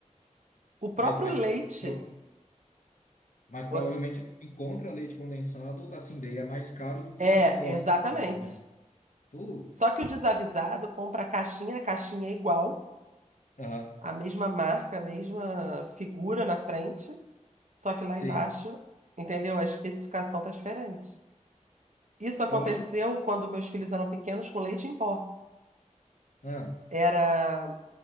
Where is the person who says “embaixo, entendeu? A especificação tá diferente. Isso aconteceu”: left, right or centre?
Right